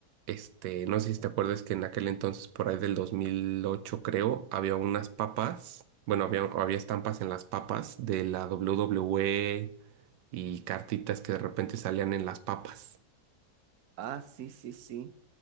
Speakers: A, on the right; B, on the right.
A: este, no sé si te acuerdas que en aquel entonces, por ahí del 2008 creo, había unas papas, bueno, había, había estampas en las papas de la W WWE y cartitas que de repente salían en las papas.
B: Ah, sí, sí, sí.